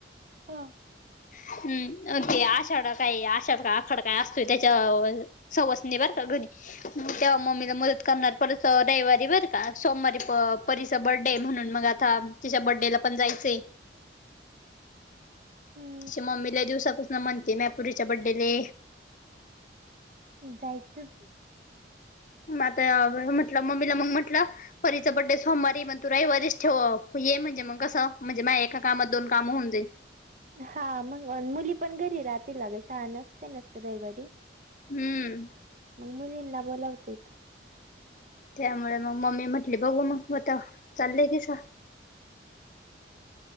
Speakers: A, on the right; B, on the left.
A: हो.
B: हम्म ते आषाढ काही आषाढ का आखड काय असतोय त्याच्या सवसणी बार का घरी, तेव्हा मम्मीला मदत करणार परत रवीवारी बरं का सोमवारी प परीच बर्थडे हे म्हणून मग आता तिच्या बर्थडेला पण जायचंय.
A: हम्म
B: तशी मम्मीला दिवसापासून म्हणते मा पुरीच्या बड्डेले
A: जायचं.
B: मग आता म्हटलं मम्मीला मग म्हटलं. परीच बड्डे सोमवारी हे पण तु रवीवारी ठेवू ये म्हणजे मग कसं म्हणजे माय एका कामात दोन काम होऊन जाई.
A: हा मग मुली पण घरी राहातील ना गं शाळा नसते नसत रविवारी.
B: हम्म
A: मग मुलींना बोलावतेत.
B: त्यामुळे मग मम्मी म्हटली बघू मग आता चाललंय कीसा